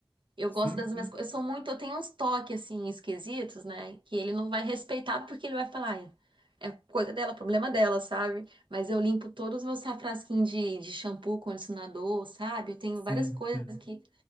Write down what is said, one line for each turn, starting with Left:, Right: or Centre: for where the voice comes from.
Right: Eu
Left: Sim,
Right: gosto das
Left: sim,
Right: minhas coisas. Eu sou muito, eu tenho uns toques assim esquisitos, né? Que ele não vai respeitar porque ele vai falar, "Ai, é coisa dela, problema dela, sabe? Mas eu limpo todos os meus safrasquinhos de, de shampoo, condicionador, sabe? Eu tenho
Left: sim,
Right: várias coisas
Left: sim.
Right: que